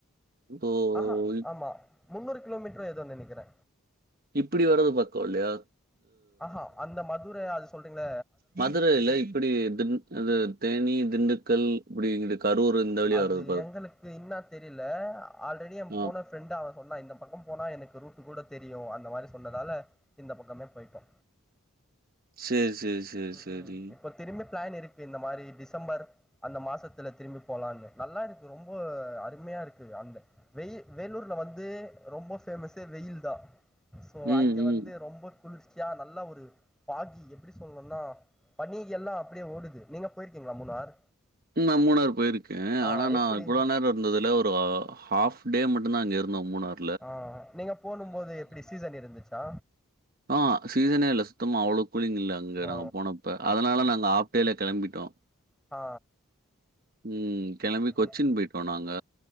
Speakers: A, on the right (about 45°); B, in the centre.
A: இப்போ
B: ஆஹா
A: இப்
B: ஆமா முன்னூறு கிலோமீட்ரோ ஏதோ நெனைக்கிறே
A: இப்டி வர்றது பக்கோ இல்லயா
B: ஆ அந்த மதுர அது சொல்றீங்ள
A: மதுர இல்ல இப்டி தி அது தேனி திண்டுக்கல் இப்டி இங்குட்டு கரூர் இந்த வழியா
B: அது
A: வர்றது பாரு.
B: எங்களுக்கு இன்னா தெரில ஆல்ரெடி எ
A: ஆ.
B: போன ஃப்ரெண்ட் அவ சொன்னா இந்த பக்கம் போனா எனக்கு ரூட்டு கூட தெரியு அந்த மாரி சொன்னதால இந்த பக்கமே போய்ட்டோ
A: சரி, சரி, சரி,
B: ம்
A: சரி.
B: ம்இப்ப திரும்ப பிளான் இருக்கு இந்த மாரி டிசம்பர் அந்த மாசத்துல திரும்பி போலான்னு நல்லா இருக்கு ரொம்போ அருமையா இருக்கு அந்த வெயி வேலூர்ல வந்து ரொம்ப ஃபேமஸே வெயில் தா சோ
A: ம்,
B: அங்க
A: ம்.
B: வந்து ரொம்ப குளிர்ச்சியா நல்ல ஒரு பாகி எப்டி சொல்லணோனா பனி எல்லா அப்டியே ஓடுது நீங்க போயிருக்கீங்களா மூணார்
A: ம் நா மூணார் போயிருக்கே
B: ஆ
A: ஆனா நா
B: எப்டி
A: இவ்ளோ நேரோ இருந்ததுல ஒரு ஆஃப்டே மட்டுதா அங்க இருந்தோ மூணார்
B: ஆ நீங்க போனு போதே எப்டி சீசன் இருந்துச்சா
A: ஆ ஹ சீசனே இல்ல சுத்தமா அவ்ளோக்குளிங் இல்ல அங்க
B: ஓ
A: நாங்க போனப்ப அதனால நாங்க ஆஃப்டேலயே கெளம்பிட்டோ
B: ஆ
A: ம் கெளம்பி கொச்சின்
B: ம்
A: போயிட்டோ நாங்க